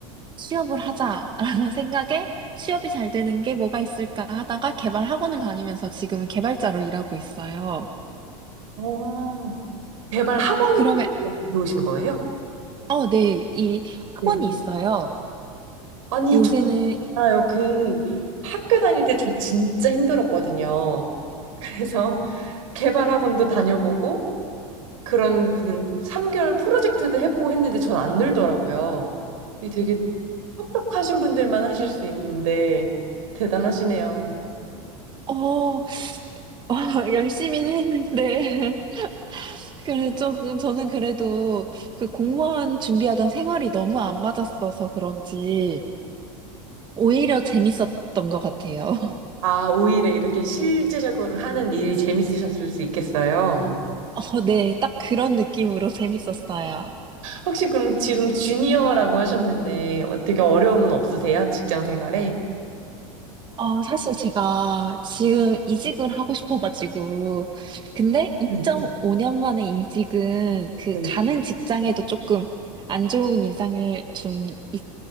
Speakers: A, on the right (about 25°); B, on the right (about 80°).
A: 취업을 하자라는 <laughs> 생각에 취업이 잘 되는 게 뭐가 있을까 하다가 개발 학원을 다니면서 지금은 개발자로 일하고 있어요.
B: 어, 개발 학원에서
A: 어, 그러면,
B: 배우신 거예요?
A: 어, 네, 이 학원이
B: 네.
A: 있어요.
B: 아니,
A: 요새는,
B: 저
A: 이-
B: 알아요. 그 학교 다닐 때 저 진짜 힘들었거든요. 그래서 <laughs> 개발 학원도 다녀보고 그런 무슨 3개월 프로젝트도 해보고 했는데 전 안 늘더라고요. 이 되게 똑똑하신 분들만 하실 수 있는데 대단하시네요.
A: 어, 와, <laughs> 열심히는 했는데. <laughs> 그래 조금, 저는 그래도 그 공무원 준비하던 생활이 너무 안 맞았어서 그런지 오히려 재밌었던 것 같아요. <laughs>
B: 아, 오히려 이렇게 실제적으로 하는 일이 재밌으셨을 수 있겠어요.
A: 어, 네, 딱 그런 느낌으로 재밌었어요.
B: 혹시 그럼 지금 주니어라고 하셨는데 어떻게 어려움은 없으세요? 직장 생활에?
A: 어, 사실 제가 지금 이직을 하고 싶어가지고, 근데 2.5년
B: 음,
A: 만에 이직은 그
B: 음.
A: 가는 직장에도 조금 안 좋은 인상을 좀, 있-